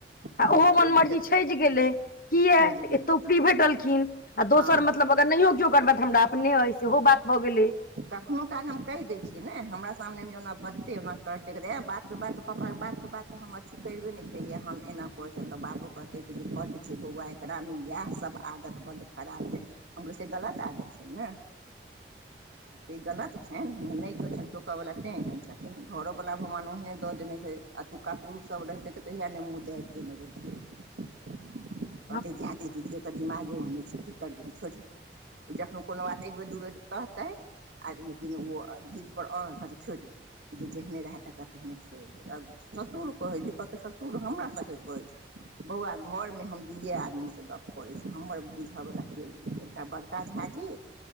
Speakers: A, on the left (about 50°); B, on the right (about 80°).
A: आ
B: हम
A: ओहो मनमर्जी
B: ई
A: अपन छजि गेलै किए
B: छैज
A: तऽ
B: गेलै
A: एतौ फ्री भेटलखिन आ दोसर
B: हँ
A: मतल अगर नहियो केओ करबै तऽ हमरा अपने अइ सेहो बात भऽ गेलै
B: कखनो काल हम कहि दै छियै ने हमरा सामनेमे ओना बजतै ओना करतैै आँ बातके बात पापाके बात के बात तऽ हम अथी कैरबे नै केलिया हम एना करै छी बाबो कहते कि जे बड छै बौआ एकरा मे ई इएह सब आदत बड खराब अई हम कहलियै से गलत आदत छै ने से ई गलत छनि नै कियो छनि टोकऽवला तेँ एहन छथिन घरोवला भगवान ओहेँ दऽ देने छै एतुका पुरुखसब रहितै तऽ कहिया नै मुँह देएब देने रहितै
A: <inaudible>
B: कहतै जाए दही दीदी एकर दिमागे ओहने छै की करबिही छोड़ दही जखने कोनो बात एक बेर दू बेर कहतै आ लेकिन ओ आ जिद पर अर कहतै छोड़ दही जे जेहने रह त रा तेने छोड़ि भेल आ ससुर कहैत छै कहकै ससुर हमरा सबके कहैत छै बौआ घरमे हम दुइए आदमीसँ गप्प करैत छी हमर बुझयवला केओ नै अई एकटा बड़का झाजी